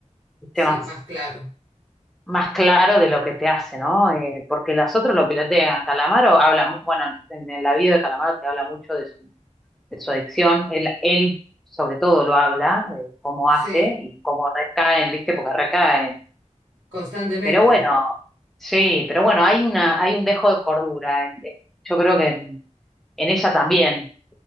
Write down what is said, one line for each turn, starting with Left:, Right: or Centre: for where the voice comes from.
Centre: ¿viste?
Right: sí,
Centre: Más
Right: más claro.
Centre: más claro de lo que te hace, ¿no? Eh, porque las otras lo pilotean. Calamaro habla, mu- bueno, en, en la vida de Calamaro te habla mucho de su, de su adicción. Él, él, sobre todo, lo habla, de cómo
Right: Sí,
Centre: hace y cómo recaen, ¿viste? Porque recaen.
Right: constantemente.
Centre: Pero bueno, sí, pero bueno, hay una, hay un dejo de cordura. en- en- yo creo que en, en ella también,